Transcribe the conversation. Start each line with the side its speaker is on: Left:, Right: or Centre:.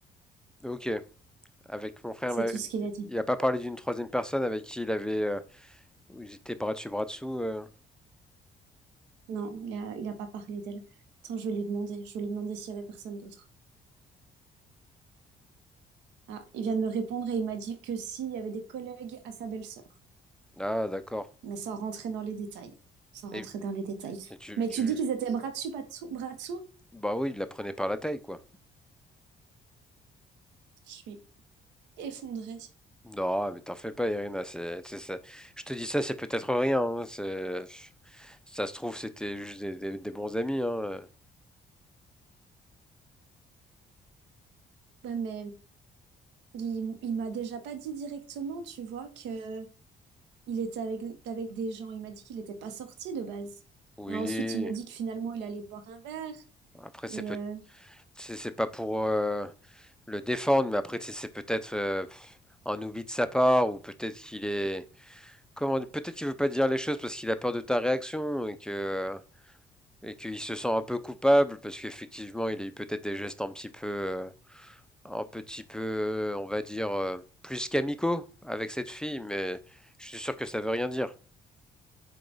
Centre: Ok. Avec mon frère,
Right: C'est
Centre: bah,
Right: tout ce qu'il a dit.
Centre: il n'a pas parlé d'une troisième personne avec qui il avait. euh, où ils étaient bras dessus, bras dessous. euh.
Right: Non, il a, il a pas parlé d'elle. Attends, je vais lui demander. Je vais lui demander s'il y avait personne d'autre. Ah, il vient de me répondre et il m'a dit que s'il y avait des collègues à sa belle-sœur.
Centre: Ah, d'accord.
Right: Mais sans rentrer dans les détails. Sans rentrer
Centre: Et,
Right: dans les détails.
Centre: et tu,
Right: Mais
Centre: tu.
Right: tu dis qu'ils étaient bras dessus, pas dessous, bras dessous?
Centre: Bah oui, il la prenait par la taille, quoi.
Right: Je suis effondrée.
Centre: Non, mais t'en fais pas, Irina. C'est, c'est- c'est- je te dis ça, c'est peut-être rien. hein, c'est- ça se trouve, c'était juste des, des- des bons amis. hein.
Right: Ouais, mais Il, il m'a déjà pas dit directement, tu vois, que il était avec, avec des gens. Il m'a dit qu'il n'était pas sorti de base.
Centre: Oui.
Right: Et ensuite, il m'a dit que finalement, il allait boire un verre.
Centre: Après, c'est
Right: Et
Centre: peut,
Right: euh,
Centre: c'est c'est pas pour euh, le défendre, mais après, c'est c'est peut-être euh, un oubli de sa part, ou peut-être qu'il est, comment, peut-être qu'il veut pas te dire les choses parce qu'il a peur de ta réaction et que et qu'il se sent un peu coupable parce qu'effectivement, il a eu peut-être des gestes un petit peu euh, un petit peu, euh, on va dire, euh, plus qu'amicaux avec cette fille, mais je suis sûr que ça veut rien dire.